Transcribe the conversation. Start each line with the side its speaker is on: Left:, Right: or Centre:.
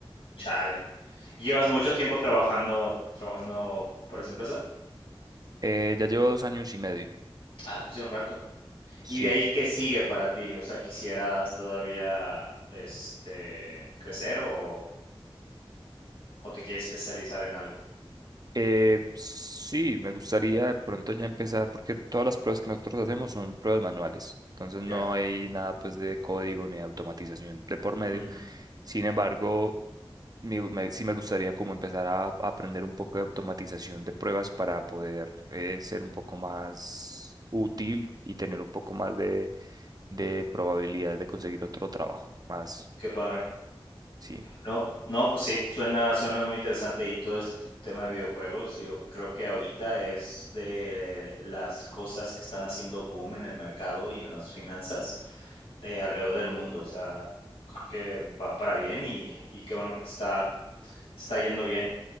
Left: Chale. ¿Y llevas mucho tiempo trabajando trabajando para esa empresa?
Right: Eh, ya llevo dos años y medio,
Left: Ah, pues ya un rato.
Right: sí.
Left: ¿Y de ahí qué sigue para ti? O sea, ¿quisieras todavía, este, crecer o o te quieres especializar en algo?
Right: Eh, sí, me gustaría de pronto ya empezar, porque todas las pruebas que nosotros hacemos son pruebas manuales, entonces no
Left: Ya.
Right: hay nada pues de código ni de automatización de por medio.
Left: Ujú.
Right: Sin embargo, mi- me- sí me gustaría como empezar a, a aprender un poco de automatización de pruebas para poder eh, ser un poco más útil y tener un poco más de, de probabilidad de conseguir otro trabajo, más,
Left: Qué padre.
Right: sí.
Left: No, no, pues sí, suena, suena muy interesante y todo este t- tema de videojuegos, digo, creo que ahorita es de las cosas que están haciendo boom en el mercado y en las finanzas eh, alrededor del mundo. O sea, creo que va para bien y, y qué bueno que te está, que te está yendo bien.